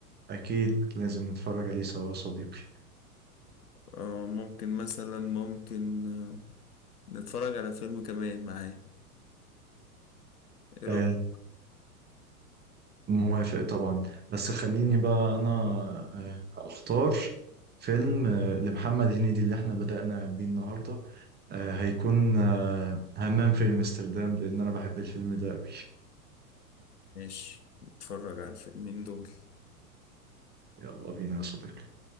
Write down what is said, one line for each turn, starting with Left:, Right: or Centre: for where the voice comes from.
Right: أكيد لازم نتفرج عليه سوا يا صديقي
Left: آه ممكن مثلا ممكن آه نتفرج على فيلم كمان معاه ايه
Right: آه،
Left: رأيك
Right: موافق طبعا بس خليني بقى أنا آه، أختار فيلم آه، لمحمد هنيدي اللي احنا بدأنا بيه النهاردة آه، هيكون آه، همام في أمستردام لأن أنا بحب الفيلم ده أوي
Left: ماشي نتفرج على الفيلمين دول
Right: يلا بينا يا صديقي